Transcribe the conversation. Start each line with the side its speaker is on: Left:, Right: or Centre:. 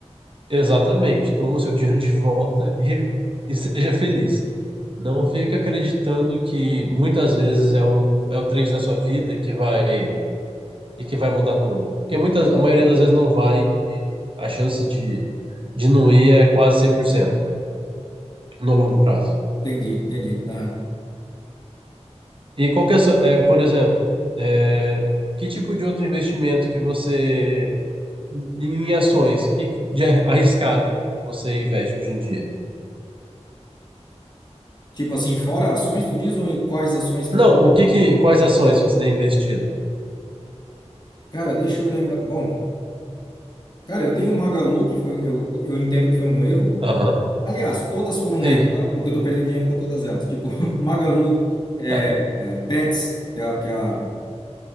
Right: exatamente, toma o seu <laughs> dinheiro de volta e, e seja feliz. Não fica acreditando que muitas vezes é, um, é o trend da sua vida e que vai, e que vai mudar tudo. Porque muitas, a maioria das vezes não vai e a chance de, de não ir é quase 100% no longo prazo.
Left: Entendi, entendi. Aham.
Right: E qual que é, a sua- é, por exemplo, é, que tipo de outro investimento que você, em ações, que de arriscado você investe hoje em dia?
Left: Tipo assim, fora ações, tu diz ou em quais ações que
Right: Não,
Left: eu tô?
Right: o que que, quais ações você tem investido?
Left: Cara, deixa eu lembrar. Bom, cara, eu tenho o Magalu, que foi, eu, eu entendo que foi um erro.
Right: Aham,
Left: Aliás, todas foram um
Right: sim.
Left: erro, tá? Porque eu tô perdendo dinheiro com todas elas. Tipo, <laughs> Magalu, é,
Right: <laughs>
Left: é, Pets, que é, a- que é a-